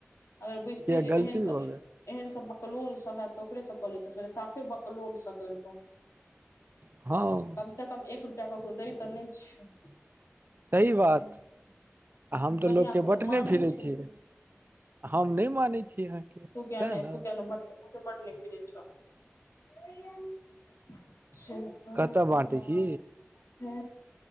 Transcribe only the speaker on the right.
किया
गलती
भऽ
गेल
हँ
सही बात आ हम तऽ
लोकके
बटने
फिरै
छियै हम नहि मानै छी अहाँके सएह
ने
कतऽ बाँटै छी